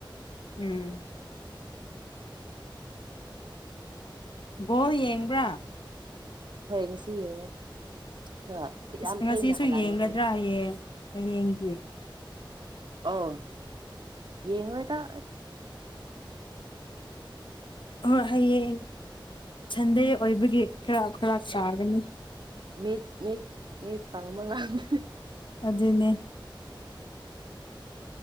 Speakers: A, on the left; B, on the right.
A: ꯎꯝ ꯕꯣꯜ ꯌꯦꯡꯕ꯭ꯔꯥ
B: ꯍꯣꯏ ꯉꯁꯤ ꯌꯦꯡꯉꯦ ꯍꯣꯏ ꯌꯥꯝ
A: ꯉꯁꯤꯁꯨ
B: ꯊꯦꯡꯅ ꯍꯜꯂꯛꯑꯦ
A: ꯌꯦꯡꯒꯗ꯭ꯔꯥ
B: ꯑꯩꯈꯣꯏꯗꯤ
A: ꯍꯌꯦꯡ ꯗꯤ
B: ꯑꯣ ꯌꯦꯉꯣꯏ ꯗꯥ
A: ꯍꯣꯏ ꯍꯌꯦꯡ ꯁꯟꯗꯦ ꯑꯣꯏꯕꯒꯤ ꯈꯔ ꯈꯔꯥꯛ ꯆꯥꯒꯅꯤ
B: ꯃꯤꯠ ꯃꯤꯠ ꯃꯤꯠ ꯄꯥꯡꯕ ꯉꯥꯡꯗꯦ
A: ꯑꯗꯨꯅꯦ